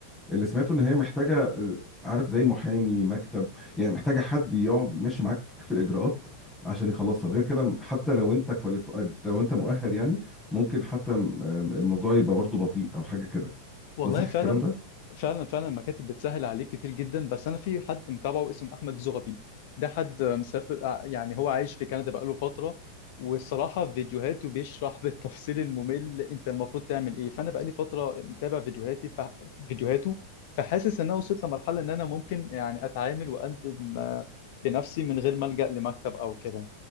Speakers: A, in the centre; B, on the left.
A: اللي سمعته ان هي محتاجة آه، عارف زي محامي مكتب يعني محتاجة حد يقعد ماشي معاك في الاجراءات عشان يخلصها غير كده حتى لو انت كواليف... لو انت مؤهل يعني ممكن حتى آم، الموضوع يبقى برضه بطيء او حاجة كده
B: والله
A: ده صح
B: فعلا
A: الكلام ده
B: فعلا فعلا المكاتب بتسهل عليك كتير جدا بس انا في حد متابعه اسمه احمد زغبي ده حد مسافر آه، يعني هو عايش في كندا بقاله فتره والصراحه فيديوهاته بيشرح بالتفصيل الممل انت المفروض تعمل ايه فانا بقالي فتره متابع فيديوهاتي ف... فيديوهاته فحاسس ان انا وصلت لمرحله ان انا ممكن يعني اتعامل واقدم آه، بنفسي من غير ما الجا لمكتب او كده